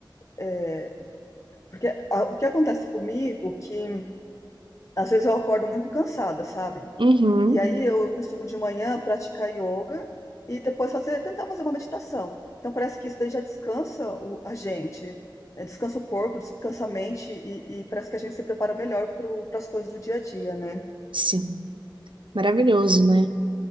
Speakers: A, on the left (about 40°); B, on the right (about 75°).
A: é, porque a- o que acontece comigo, é que às vezes eu acordo muito cansada, sabe?
B: Uhum,
A: E aí eu costumo de manhã praticar yoga e depois fazer, tentar fazer uma meditação. Então parece que isso daí já descansa o- a gente, é, descansa o corpo, descansa a mente e, e parece que a gente se prepara melhor para as coisas do dia a dia, né?
B: sim, maravilhoso, né?